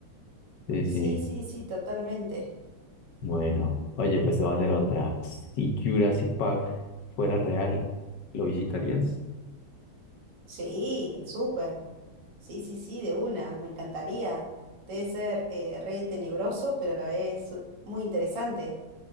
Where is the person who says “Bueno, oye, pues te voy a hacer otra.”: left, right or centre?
Left